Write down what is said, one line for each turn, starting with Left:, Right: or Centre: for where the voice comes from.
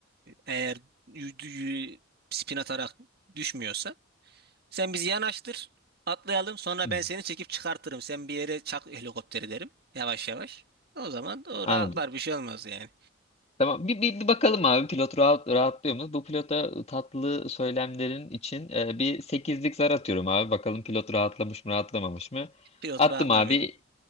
Right: eğer y- y- spin atarak düşmüyorsa sen bizi yanaştır atlayalım sonra
Left: Hı.
Right: ben seni çekip çıkartırım. Sen bir yere çak helikopteri derim yavaş yavaş. O zaman o
Left: Anladım.
Right: rahatlar bir şey olmaz yani.
Left: Tamam bir, bir, bir bakalım abi pilot rahat, rahatlıyor mu? Bu pilota tatlı söylemlerin için e, bir sekizlik zar atıyorum abi. Bakalım pilot rahatlamış mı rahatlamamış mı?
Right: Pilot
Left: Attım
Right: rahatlamıyor.
Left: abi.